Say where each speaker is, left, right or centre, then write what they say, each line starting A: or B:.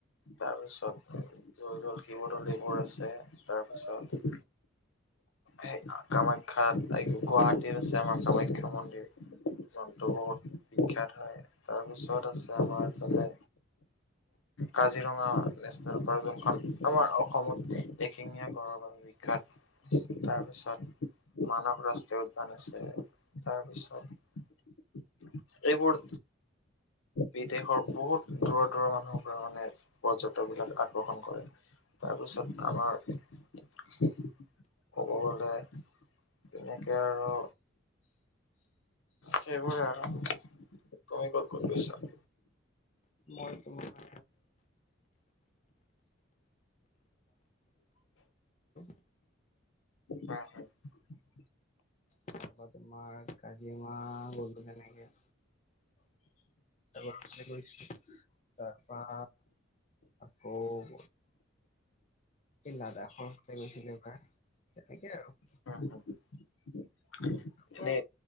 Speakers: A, on the left (about 85°); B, on the left (about 35°).
A: তাৰপিছত জয়দৌল, শিৱদৌল এইবোৰ আছে। তাৰপিছত সেই কামাখ্যাত গুৱাহাটীত আছে আমাৰ কামাখ্যা মন্দিৰ। জন্তু বহুত বিখ্যাত হয়। তাৰপিছত আছে আমাৰ ফালে কাজিৰঙা নেশ্যনেল পাৰ্ক যোনখন আমাৰ অসমত এশিঙীয়া গঁড়ৰৰ বিখ্যাত তাৰপিছত মানস ৰাষ্ট্ৰীয় উদ্যান আছে, তাৰপিছত এইবোৰ বিদেশৰ বহুত দূৰৰ দূৰৰ মানুহৰ পৰা মানে পৰ্যটকবিলাক আকৰ্ষণ কৰে। তাৰপিছত আমাৰ ক'ব গ'লে তেনেকে আৰু সেইবোৰে আৰু, তই ক'ত, ক'ত লৈছ?
B: মই তোমাৰ <unintelligible> <unintelligible>
A: <unintelligible> <unintelligible>
B: তাৰাপা তোমাৰ কাজিৰঙা গ'লোঁ তেনেকে। <unintelligible> তাৰপা আকৌ - এই লাডাখৰ ফালে গৈছিলো এবাৰ, তেনেকে আৰু।
A: <unintelligible>
B: পৰা
A: এনে